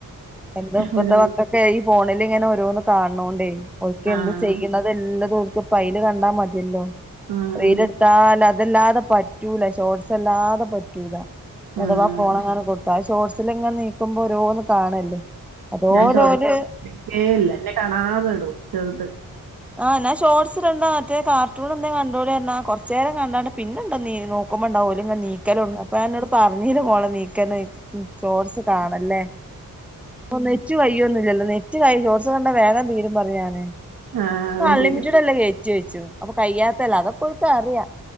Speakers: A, in the centre; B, on the right.
A: എന്താ ഇപ്പത്തെ
B: ഒരു
A: മക്കൾ ക്കെ ഇ ഫോണില്ങ്ങനെ ഓരോന്ന് കാൺണോണ്ടെയ് ഒൽക്കെന്തു
B: ആഹ്
A: ചെയ്യുണത് തെല്ലതും ഓൽക്ക് പ്പപൈല് കണ്ടാ മതിയല്ലോ
B: ആഹ്
A: വെയില്ട്ത്താല ഇതല്ലാതെ പറ്റൂല ഷോർട്സല്ലാതെ പറ്റൂല
B: ആഹ്
A: അഥവാ ഫോണങ്ങാനും കൊട്ത്താ ഷോർഡ്സ് സിലങ്ങെൻ നീക്കുമ്പോ ഒരോന്ന് കാണല്ലേ അതോല്
B: ഞാൻ ഷോ
A: ഓല്
B: ട്ക്കെല്ല ന്നെ കാണാതെ ഇടും ചെർത്
A: ആഹ് നാ ഷോർട്സ്ടണ്ടാ മറ്റേ കാർട്ടൂണന്തെ കണ്ടോളിർണാ കൊറച്ചേരം കണ്ടണ്ട് പിന്നണ്ടോ നീ നോക്കുമ്പോണ്ടാവോല് ങ്ങെനെ നീക്കലോട്ങ്ങാ അപ്പ ഞാന ന്നോട് പറഞ്ഞിലെ മോളെ നീക്കനഅ് ഉം സോഡ്സ് കാണല്ലേ പ്പൊന്ന് റ്റ് കയ്യുന്നുല്യല്ലോ നെറ്റ് കൈ ഷോഡ്സ് കണ്ട വേഗം തീരും പറയാന്
B: ആഹ് വരില്ല
A: അൺലിമിറ്റഡല്ലേ നെറ്റോയ്ച്ചും അപ്പ കയ്യാത്തല്ലേ അതക്കൊന്ന് സാരല്യ